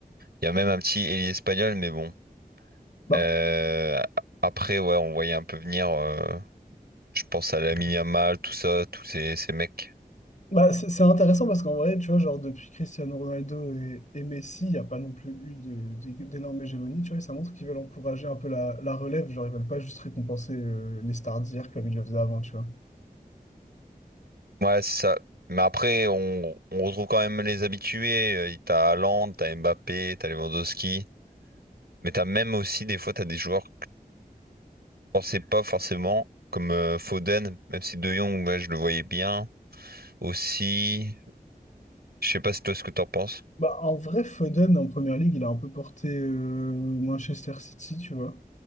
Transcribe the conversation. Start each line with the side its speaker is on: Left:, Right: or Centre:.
Right: Il y a même un petit ailier espagnol, mais bon.
Left: Bah,
Right: Euh, après, ouais, on voyait un peu venir. euh, je pense à Lamine Yamal, tout ça, tous ces, ces mecs.
Left: bah c'est c'est intéressant parce qu'en vrai, tu vois, genre depuis Cristiano Ronaldo et, et Messi, il n'y a pas non plus eu de- de- d'énorme hégémonie, tu vois, et ça montre qu'ils veulent encourager un peu la, la relève, genre ils veulent pas juste récompenser euh, les stars d'hier comme ils le faisaient avant, tu vois.
Right: Ouais, c'est ça. Mais après, on, on retrouve quand même les habitués. Euh, T'as Haaland, t'as Mbappé, t'as Lewandowski. Mais t'as même aussi des fois t'as des joueurs. pensais pas forcément, comme euh, Foden, même si De Jong, ouais, je le voyais bien aussi. Je sais pas si toi ce que t'en penses.
Left: Bah, en vrai, Foden en première ligue, il a un peu porté euh, Manchester City, tu vois.